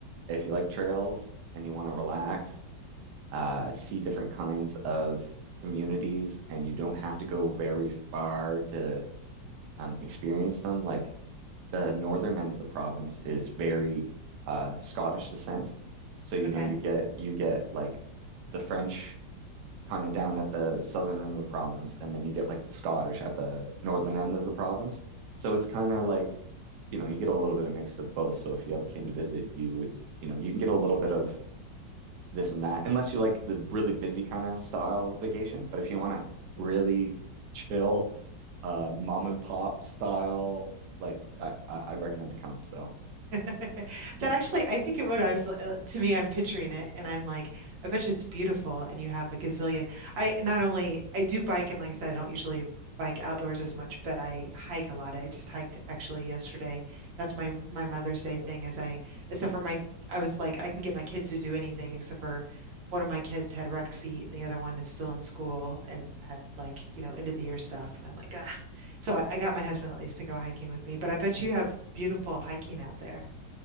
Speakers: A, on the right (about 70°); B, on the right (about 90°).
A: If you like trails and you want to relax, uh, see different kinds of communities, and you don't have to go very far to um, experience them. Like the northern end of the province is very uh, Scottish descent, so you
B: Okay.
A: know you get you get like the French kind of down at the southern end of the province, and then you get like the Scottish at the northern end of the province. So it's kind of like, you know, you get a little bit of mix of both. So if you ever came to visit, you would, you know, you can get a little bit of this and that, unless you like the really busy kind of style vacation. But if you want to really chill, uh, mom and pop style, like I, I- I'd recommend to come. So,
B: <laughs> That actually, I think it would. I was uh, to me, I'm picturing it, and I'm like, I bet you it's beautiful, and you have a gazillion. I not only I do bike, and like I said, I don't usually bike outdoors as much, but I hike a lot. I just hiked actually yesterday. That's my my Mother's Day thing. As I except for my, I was like, I can get my kids to do anything except for one of my kids had wrecked feet, and the other one is still in school and had like you know end of the year stuff, and I'm like, ah. So I, I got my husband at least to go hiking with me, but I bet you have beautiful hiking out there.